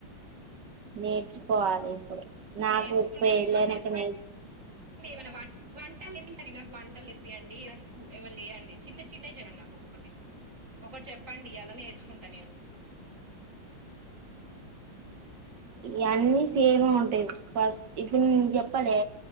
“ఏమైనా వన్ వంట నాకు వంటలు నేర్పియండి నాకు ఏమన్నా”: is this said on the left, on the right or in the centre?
Right